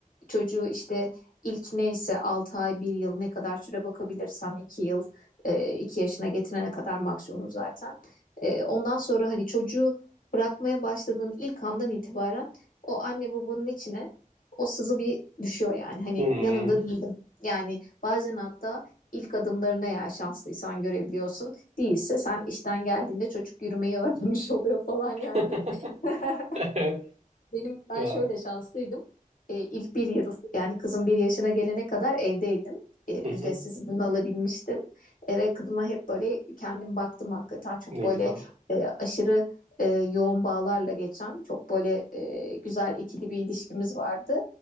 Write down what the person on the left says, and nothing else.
çocuğu işte ilk neyse altı ay bir yıl ne kadar süre bakabilirsen iki yıl e, 2 yaşına getirene kadar maksimum zaten. E, ondan sonra hani çocuğu bırakmaya başladığın ilk andan itibaren o anne babanın içine o sızı bir düşüyor yani. Hani
yanında değilim. Yani bazen hatta ilk adımlarını eğer şanslıysan görebiliyorsun. Değilse sen işten geldiğinde çocuk yürümeyi öğrenmiş <laughs> oluyor falan yani.
<laughs>
Benim
ben şöyle şanslıydım. Ee, ilk bir yıl yani kızım bir yaşına gelene kadar evdeydim. Ee, ücretsiz
izin alabilmiştim. Ee, ve kızıma hep böyle kendim baktım hakikaten çok
böyle
e, aşırı e, yoğun bağlarla geçen çok böyle e, güzel ikili bir ilişkimiz vardı.